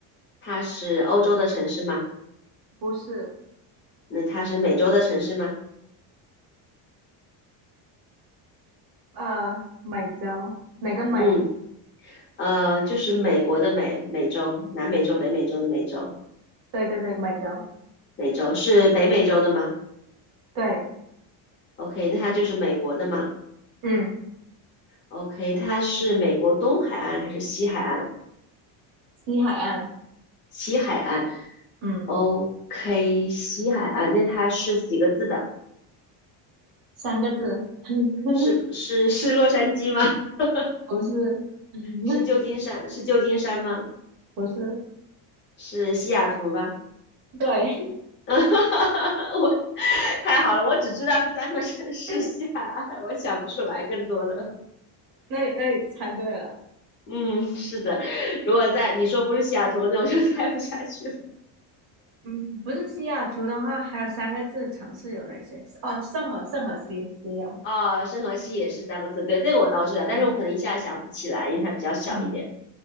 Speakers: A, on the left; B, on the right.
A: 它是欧洲的城市吗？
B: 不是，
A: 那它是美洲的城市吗？
B: 呃，美洲哪个美？
A: 嗯，呃，就是美国的美，美洲，南美洲、北美洲的美洲，
B: 对对对，美洲，
A: 美洲是北美洲的吗
B: 对，
A: ？OK，那它就是美国的吗
B: 嗯，
A: ？OK，它是美国东海岸还是西海岸？
B: 西海岸，
A: 西海岸
B: 嗯，
A: ，OK，西海岸，那它是几个字的？
B: 三个字，<laughs>
A: 是是是洛杉矶吗？<laughs>
B: 不是，<laughs>
A: 是旧金山？是旧金山吗？
B: 不是，
A: 是西雅图吗？
B: 对，
A: <laughs> 啊哈哈哈我太好了，我只知道这三个城市西海岸，
B: <laughs>
A: 我想不出来更多的。
B: 那你那你猜对了，
A: <laughs> 嗯，是的，如果在你说不是西雅图，那我就 <laughs> 猜不下去了。
B: 嗯，不是西雅图的话，还有三个字城市有哪些？哦，圣何圣何西也有，
A: 哦，圣荷西也是三个字，对，这个我倒知道，
B: 对，
A: 但是我可能一下想不起来，因为它比较小一点。
B: 嗯，